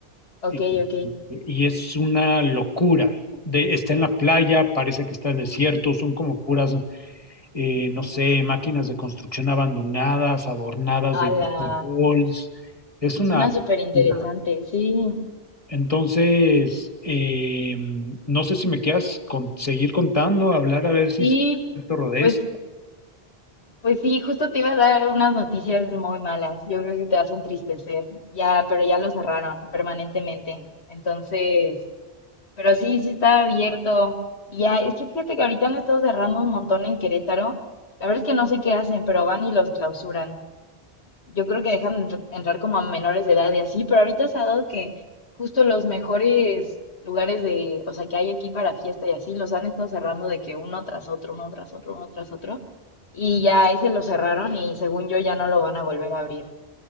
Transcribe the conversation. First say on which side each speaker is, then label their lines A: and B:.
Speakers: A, on the left; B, on the left.
A: ok,
B: y,
A: ok.
B: y es una locura. De- está en la playa, parece que está en el desierto, son como puras, eh, no sé, máquinas de construcción abandonadas, adornadas de
A: Ala.
B: disco balls. Es una
A: Suena súper
B: locura.
A: interesante, sí,
B: Entonces, eh, no sé si me quieras con- seguir contando, hablar a ver si
A: sí,
B: se rodez.
A: pues,
B: <laughs>
A: pues sí, justo te iba a dar unas noticias muy malas. Yo creo que te vas a entristecer. Ya, pero ya lo cerraron permanentemente. Entonces, pero sí, sí está abierto. Y ya, es que fíjate que ahorita han estado cerrando un montón en Querétaro. La verdad es que no sé qué hacen, pero van y los clausuran. yo creo que dejan entr- entrar como a menores de edad y así, pero ahorita se ha dado que justo los mejores lugares de, o sea, que hay aquí para fiesta y así, los han estado cerrando de que uno tras otro, uno tras otro, uno tras otro, y ya ese lo cerraron y según yo ya no lo van a volver a abrir.